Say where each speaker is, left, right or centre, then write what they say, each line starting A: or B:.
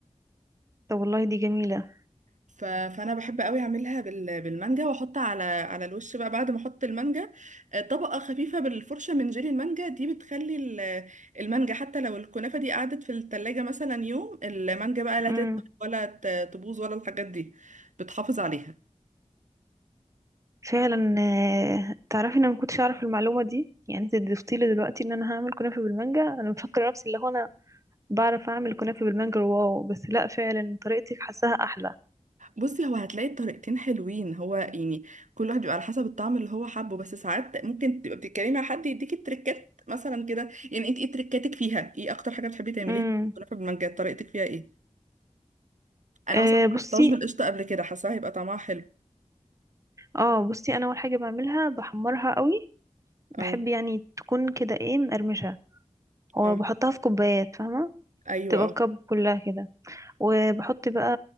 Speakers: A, on the right; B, on the right.
A: طب والله دي جميلة
B: ف... فانا بحب قوي اعملها بال... بالمانجا واحط على على الوش بقى بعد ما احط المانجا آه، طبقه خفيفه بالفرشه من جيلي المانجا دي بتخلي ال- المانجا حتى لو الكنافه دي قعدت في التلاجة مثلا يوم المانجا بقى لا
A: امم
B: تدبل ولا ت- تبوظ ولا الحاجات دي بتحافظ عليها
A: فعلا آه، تعرفي ان انا ما كنتش اعرف المعلومة دي يعني انت ضفتي لي دلوقتي ان انا هعمل كنافة بالمانجا انا مفكرة نفسي اللي هو انا بعرف اعمل كنافة بالمانجا واو بس لا فعلا طريقتك حاساها احلى
B: بصي هو هتلاقي الطريقتين حلوين هو يعني كل واحد بيبقى على حسب الطعم اللي هو حابه بس ساعات ممكن تبقى بتتكلمي مع حد يديكي تريكات مثلا كده يعني انت ايه تريكاتك فيها ايه اكتر حاجه بتحبي تعمليها
A: امم
B: كنافه بالمانجا طريقتك فيها ايه انا
A: آه
B: مثلا ما
A: بصي
B: جربتهاش بالقشطه قبل كده حاساها هيبقى طعمها حلو
A: اه بصي انا اول حاجة بعملها بحمرها قوي بحب
B: اه
A: يعني تكون كده ايه مقرمشة وبحطها
B: اه
A: في كوبايات فاهمة
B: ايوه
A: تبقى
B: اه
A: الكب كلها كده وبحط بقى